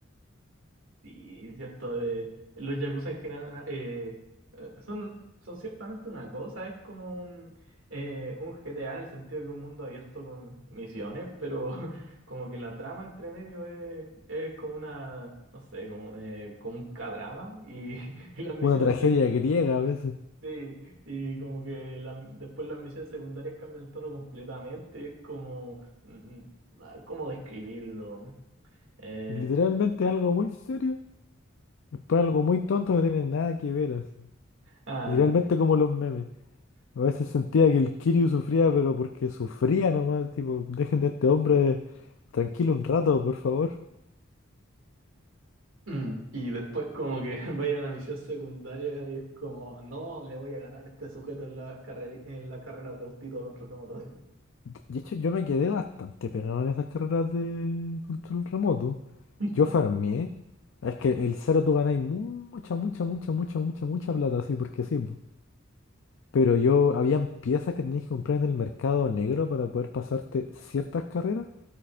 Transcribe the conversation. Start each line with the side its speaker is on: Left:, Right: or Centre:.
Right: Sí, es cierto, de, los yakuza en general eh, eh, son, son ciertamente una cosa, es como un, eh, un GTA en el sentido que un mundo abierto con misiones, pero <laughs> como que la trama entre medio es, es como una, no sé, como, eh, como un K-drama y, <laughs> y las misiones
Left: Una tragedia
Right: secundarias.
Left: griega a veces.
Right: Sí, y como que la- después las misiones secundarias cambian el tono completamente, es como, mm, mm, ah, ¿cómo describirlo? Eh,
Left: Literalmente algo muy serio Después algo muy tonto no tiene nada que ver así.
Right: ah,
Left: Literalmente como los memes. A veces sentía que el Kiryu sufría, pero porque sufría nomás, tipo, dejen de este hombre tranquilo un rato, por favor.
Right: Mm, Y después como que <laughs> vaya a una misión secundaria y es como, no, le voy a ganar a este sujeto en la carrera, en la carrera de autito contra remoto.
Left: De de hecho, yo me quedé bastante pegado en esas carreras de control remoto.
Right: <laughs>
Left: Yo farmeé. Es que el cero tú ganáis mucha, mucha, mucha, mucha, mucha, mucha plata, así porque sí. po. Pero yo, habían piezas que tenías que comprar en el mercado negro para poder pasarte ciertas carreras.